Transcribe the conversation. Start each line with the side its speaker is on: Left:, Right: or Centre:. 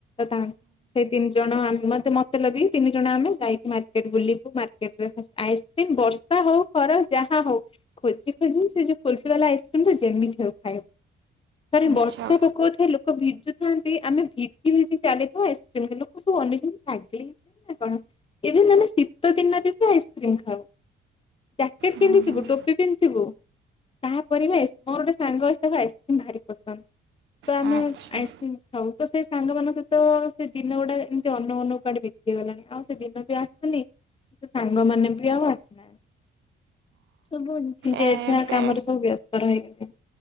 Left: <unintelligible> ସେଇ ତିନି ଜଣ <unintelligible> ମତେ ଲାଗିଲା ତିନି ଜଣ ଆମ ଯାଇ ମାର୍କେଟ ବୁଲିବୁ ମାର୍କେଟରେ ଆଇସ୍କ୍ରିମ ବର୍ଷା ହଉ ଖରା ଯାହା ହଉ। ଖୋଜି ଖୋଜି ସେ ଯୋଉ କୁଲଫି ବାଲା ଆଇସ୍କ୍ରିମ ତ ଯେମିତି ହେଲେ ଖାଇବୁ। ଥରେ ବର୍ଷା
Right: ଆଚ୍ଛା
Left: ପକଉଥାଏ ଲୋକ ଭି ଥାନ୍ତି ଆମେ ଭିଜି ଭିଜି ଚାଲିଯାଉ ଆଇସକ୍ରିମ ଲୋକ ସବୁ ଅନେଇଥାନ୍ତି ପାଗିଳି ହେଇଗଲେଣିନା କଣ? ଏବେ ଆମେ ଶୀତ ଦିନରେ ବି ଆଇସ୍କ୍ରିମ ଖାଉ ଜ୍ୟାକେଟ
Right: ହୁଁ
Left: ପିନ୍ଧିଥିବୁ
Right: ହୁଁ
Left: ଟୋପି ପିନ୍ଧିଥିବୁ ତାପରେ ବି ଏସ ମୋର ଗୋଟେ ସାଙ୍ଗ ହେ ଆଇସକ୍ରିମ ଭାରି ପସନ୍ଦ। ତ ଆମେ
Right: ଆଚ୍ଛା
Left: ଆଇସ୍କ୍ରିମ
Right: ହଁ
Left: ଖାଉ ତ ସେଇ ସାଙ୍ଗମାନାନଙ୍କ ସହିତ ସେ ଦିନ ଗୁଡା ଏମିତି ଅନ ଅନୁ କୁଆଡେ ବିତି ଗଲାଣି ଆଉ ସେ ଦିନ ବି ଆସିନି ସେ ସାଙ୍ଗ ମାନେ ବି ଆଉ ଆସିନାହାନ୍ତି। ସବୁ ଯେ
Right: ଏବେ
Left: ଯାହା କାମରେ ସବୁ ବ୍ୟସ୍ତ ରହିଗଲେ।